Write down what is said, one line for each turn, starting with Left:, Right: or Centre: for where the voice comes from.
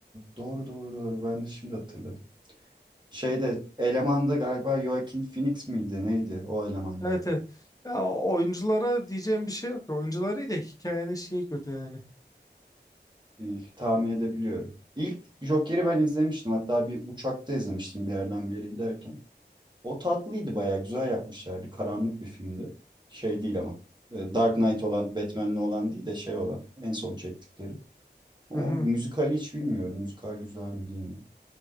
Right: Doğru doğru doğru. Ben de şimdi hatırladım. Şeyde elemanda galiba Joaquin Phoenix miydi? Neydi o eleman galiba?
Left: Evet evet. Ya oyunculara diyeceğim bir şey yok. Oyuncuları da hikayenin şeyi kötü yani.
Right: Ee, tahmin edebiliyorum. İlk Joker'i ben izlemiştim. Hatta bir uçakta izlemiştim bir yerden bir yere giderken. O tatlıydı bayağı güzel yapmışlardı. Karanlık bir filmdi. Şey değil ama. Ee, Dark Knight olan, Batman'li olan değil de şey olan. En son çektikleri. O
Left: Hı hı.
Right: müzikali hiç bilmiyorum. Müzikal güzel mi değil mi?